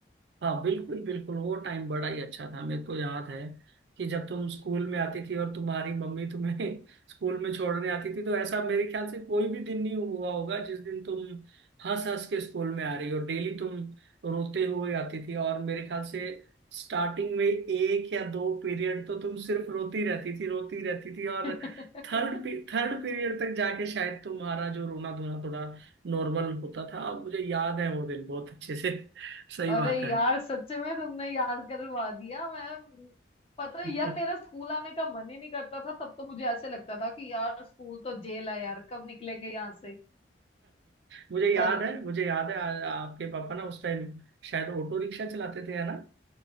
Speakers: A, on the right (about 70°); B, on the left (about 30°).
A: हाँ बिल्कुल बिल्कुल वो टाइम बड़ा ही अच्छा था मेरे को याद है कि जब तुम स्कूल में आती थी और तुम्हारी मम्मी तुम्हें <laughs> स्कूल में छोड़ने आती थी तो ऐसा मेरे ख्याल से कोई भी दिन नहीं हुआ होगा जिस दिन तुम हंस हंस के स्कूल में आ रही हो डेली तुम रोते हुए आती थी और मेरे ख्याल से स्टार्टिंग में एक या दो पीरियड तो तुम सिर्फ रोती रहती थी रोती रहती थी और
B: <laughs>
A: थर्ड थर्ड पीरियड तक जाके शायद तुम्हारा जो रोना धोना थोड़ा नॉर्मल होता था अब मुझे याद है वो दिन बहुत अच्छे से <laughs> सही
B: अरे
A: बात है
B: यार सच में तुमने याद करवा दिया मैं पता है
A: <laughs>
B: यार मेरा स्कूल आने का मन ही नहीं करता था तब तो मुझे ऐसे लगता था कि यार स्कूल तो जेल है यार कब निकलेंगे यहाँ से
A: मुझे
B: पर
A: याद है मुझे याद है आ- आपके पापा ना उस टाइम शायद ऑटो रिक्शा चलाते थे है ना